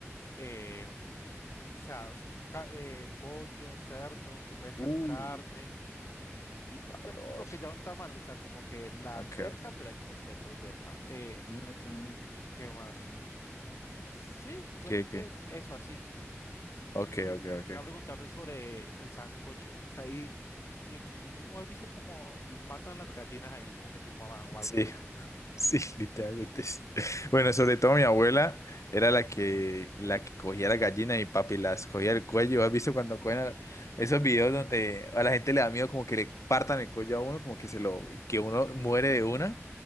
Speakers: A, on the left (about 65°); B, on the left (about 85°).
A: eh, o sea, ca- eh, pollo, cerdo, le puede echar
B: Uh,
A: carne y pues
B: sabroso.
A: literalmente lo que llaman tamal, o sea, como que la
B: Ok.
A: alberja,
B: ok.
A: pero aquí no se le echa alberja. Eh,
B: Mm, mm.
A: ¿qué más? Sí, literalmente
B: ¿Qué, qué?
A: es eso así.
B: Ok,
A: Y
B: ok,
A: quería
B: ok.
A: preguntarte sobre el sancocho. O sea, y, y, y tú no has visto cómo matan las gallinas ahí, como que tu mamá o algo,
B: Sí,
A: por ejemplo.
B: sí, <laughs> literalmente. sí. Bueno, sobre todo mi abuela era la que, la que cogía la gallina y papi las cogía el cuello. ¿Has visto cuando cogen a- esos videos donde a la gente le da miedo como que le partan el cuello a uno, como que se lo, que uno muere de una?